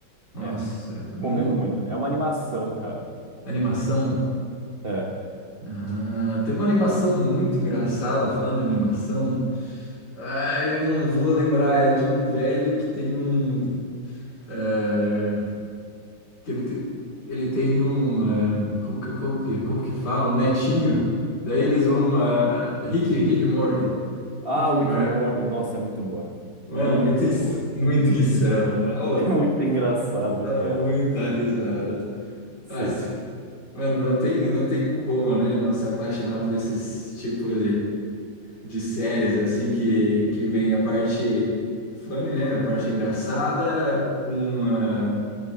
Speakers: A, on the left; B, on the right.
A: nossa,
B: É,
A: não.
B: comendo muito. É uma animação, cara.
A: animação.
B: É.
A: Ah, tem uma animação muito engraçada, falando em animação. Ah, eu não vou lembrar, é de um velho que tem um. eh, que ele, te- ele tem um. eh, como que, como que, como que fala? Um netinho. Daí eles vão. ah, Rick, Rick e Morty.
B: Ah,
A: Rick e
B: Rick
A: Morty.
B: and Morty, nossa, é muito boa.
A: Mano,
B: Muito
A: muito, ins-
B: boa. <laughs>
A: muito insano, né? Oh,
B: É muito engraçado,
A: dá
B: cara.
A: muita risada.
B: Sim,
A: Nossa, mano, não tem, não tem como, né? Não se apaixonar por esses tipos de séries, assim, que, que vem a parte funny, né? A parte engraçada com, ah,